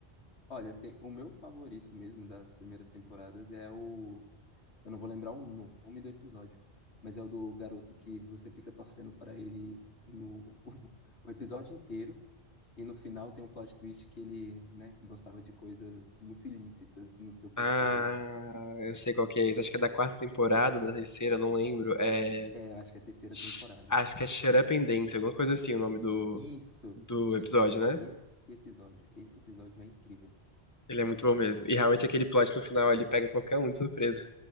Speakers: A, on the left; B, on the left.
A: Olha, tem, o meu favorito mesmo das primeiras temporadas é o, eu não vou lembrar o nome do episódio, mas é o do garoto que você fica torcendo para ele no <laughs> o episódio inteiro E no final tem um plot twist que ele, né, gostava de coisas muito ilícitas no seu computador.
B: Ah, eu sei qual que é esse. Acho que é da quarta temporada, da terceira, não lembro. É.
A: É, eu acho que é a terceira
B: Sh-
A: temporada.
B: Acho que é Shut Up and Dance, alguma coisa assim, o nome do,
A: Isso,
B: do
A: isso,
B: episódio, né?
A: esse episódio, esse episódio é incrível.
B: Ele é muito bom mesmo. E realmente aquele plot no final ali pega qualquer um de surpresa.